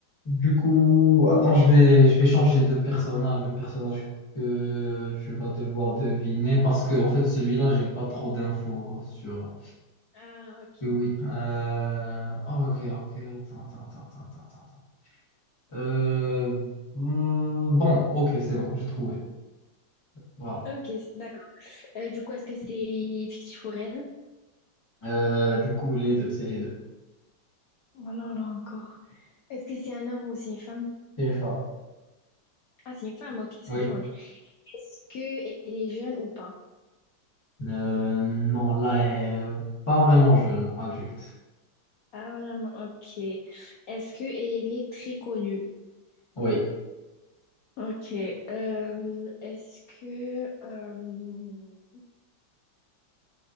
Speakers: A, on the left (about 20°); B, on the left (about 80°).
A: Du coup, attends, je vais, je vais changer de personnage, le personnage que tu vas devoir deviner, parce que en fait, celui-là, j'ai pas trop d'infos sur
B: Ah, ok.
A: lui. Oui, Euh, oh, ok, ok, attends, attends, attends, attends, attends, attends. attends. Euh, hmm, bon, ok, c'est bon, j'ai trouvé. Voilà.
B: Ok, c- d'accord. Euh, du coup, est-ce que c'est fictif ou réel?
A: Euh, du coup, les deux, c'est les deux.
B: Oh là là, encore. Est-ce que c'est un homme ou c'est une femme?
A: C'est une femme.
B: Ah, c'est une femme, ok, ça
A: Oui.
B: change. Est-ce que elle est jeune ou pas?
A: Euh, non, là, elle est pas vraiment jeune, adulte.
B: Ah, vraiment, ok. Est-ce que elle est très connue?
A: Oui.
B: Ok. euh, est-ce que... euh,